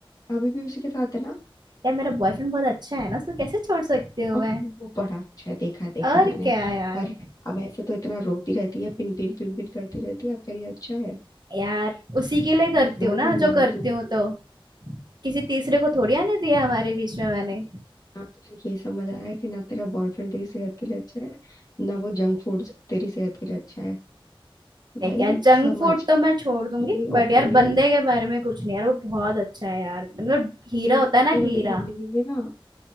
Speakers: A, on the left (about 40°); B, on the right (about 50°).
A: अभी भी उसी के साथ है ना
B: यार मेरा बॉयफ्रेंड बहुत अच्छा है ना उसको कैसे छोड़ सकती हूँ
A: ओह
B: मैं
A: वो बड़ा अच्छा है देखा है देखा
B: और
A: है मैंने
B: क्या यार
A: पर अब ऐसे तो इतना रोती रहती है पिन पिन पिन पिन करती रहती है अब कह रही है, अच्छा है
B: यार उसी के लिए करती
A: दो
B: हूँ ना
A: भी लिया
B: जो
A: है
B: करती
A: तू भी
B: हूँ
A: दो
B: तो किसी तीसरे को थोड़ी आने दिया हमारे बीच में मैंने
A: हाँ, तो ना तुझे ये समझ आ रहा है कि ना तेरा बॉयफ्रेंड तेरी सेहत के लिए अच्छा है ना वो जंक फूड तेरी सेहत के लिए अच्छा है भाई
B: देख यार जंक
A: समझ
B: फूड तो मैं छोड़ दूंगी
A: ये
B: बट
A: ओपिनियन
B: यार बंदे के बारे में कुछ नहीं यार वो बहुत अच्छा है यार मतलब हीरा
A: ये ओपिनियन
B: होता है ना हीरा
A: अपनी जिंदगी में ना